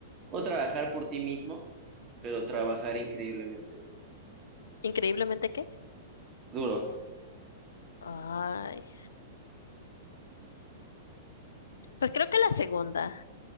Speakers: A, on the right; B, on the left.
A: o trabajar por ti mismo, pero trabajar increíblemente
B: ¿Increíblemente qué?
A: duro?
B: Ay, pues creo que la segunda.